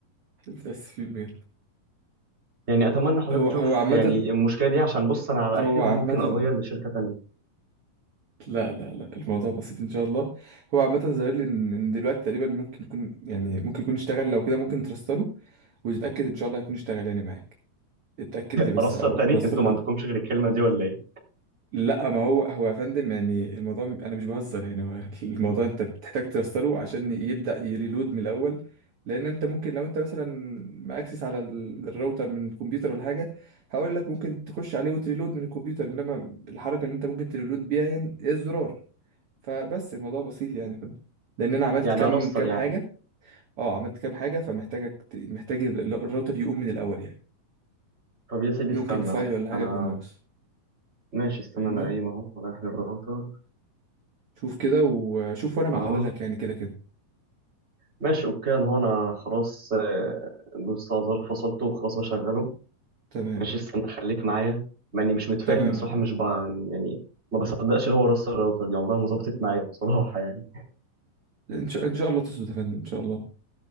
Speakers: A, on the right; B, on the right.
A: <laughs> متأسفين بجد
B: يعني أتمنى حضرتك
A: هو
B: تشوف
A: هو عامة
B: يعني المشكلة دي عشان بص أنا على
A: هو
B: آخري ممكن
A: عامة
B: أغير لشركة تانية
A: لا لا لا الموضوع بسيط إن شاء الله هو عامة ظاهر لي إن إن دلوقتي تقريبا ممكن يكون يعني ممكن يكون اشتغل لو كده ممكن ترستله وتتأكد إن شاء الله يكون اشتغل يعني معاك اتأكد لي بس
B: أرستر
A: أو
B: تاني
A: رستله
B: أنتوا ما عندكمش غير الكلمة دي ولا إيه؟
A: لا ما هو هو يا فندم يعني الموضوع م- انا مش بهزر يعني هو <laughs> الموضوع انت بتحتاج ترستره عشان يبدا يريلود من الاول لان انت ممكن لو انت مثلا ماكسس على ال- الراوتر من الكمبيوتر ولا حاجه هقول لك ممكن تخش عليه وتريلود من الكمبيوتر انما الحركه اللي انت ممكن تريلود بيها هي هي الزرار فبس الموضوع بسيط يعني يا فندم لان انا عملت
B: يعني
A: كام
B: أرستر
A: كام
B: يعني
A: حاجه اه عملت كام حاجه فمحتاجك ت- محتاج ال- الراوتر يقوم من الاول يعني
B: طب يا سيدي
A: ممكن
B: استنى
A: فايل
B: أهو
A: ولا حاجه
B: أنا
A: يكون ناقص
B: ماشي استنى
A: فاهمني
B: أنا قايم أهو رايح للراوتر
A: شوف كده وشوف وانا مع
B: أهو
A: حضرتك يعني كده كده
B: ماشي أوكي أنا هو أنا خلاص آه، دوست على زر فصلته وخلاص بشغله
A: تمام
B: ماشي استنى خليك معايا مع اني مش متفائل
A: تمام
B: بصراحه مش ب... يعني ما بصدقش اللي هو راس الراوتر دي عمرها ما ظبطت معايا بصراحه يعني
A: إن شاء إن شاء الله تظبط يا فندم إن شاء الله إن